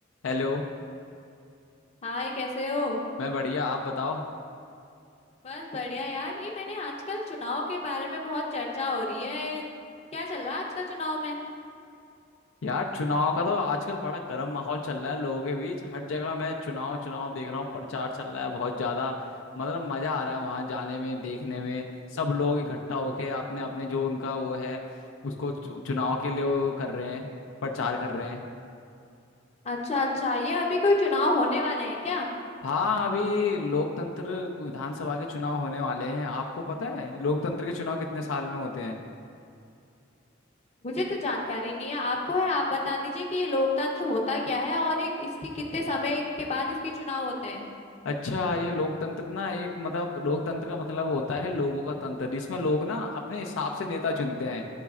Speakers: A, on the left; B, on the left.
A: हेलो
B: हाय कैसे हो
A: मैं बढ़िया आप बताओ
B: बस बढ़िया यार ये मैंने आजकल चुनाव के बारे में बहुत चर्चा हो रही है क्या चल रहा है आजकल चुनाव में
A: यार चुनाव का तो आजकल बड़ा गर्म माहौल चल रहा है लोगों के बीच हर जगह मैं चुनाव चुनाव देख रहा हूँ प्रचार चल रहा है बहुत ज्यादा मतलब मजा आ रहा है वहां जाने में देखने में सब लोग इकट्ठा होके अपने अपने जो उनका वो है उसको चु- चुनाव के लिए वो कर रहे हैं प्रचार कर रहे हैं
B: अच्छा अच्छा ये अभी कोई चुनाव होने वाले हैं क्या
A: हाँ अभी लोकतंत्र विधानसभा के चुनाव होने वाले हैं आपको पता है लोकतंत्र के चुनाव कितने साल में होते हैं
B: मुझे तो जानकारी नहीं है आपको है आप बता दीजिए कि ये लोकतंत्र होता क्या है और ये इसके कितने समय के बाद इसके चुनाव होते हैं
A: अच्छा ये लोकतंत्र ना एक मतलब लोकतंत्र का मतलब होता है लोगों का तंत्र जिसमें लोग ना अपने हिसाब से नेता चुनते हैं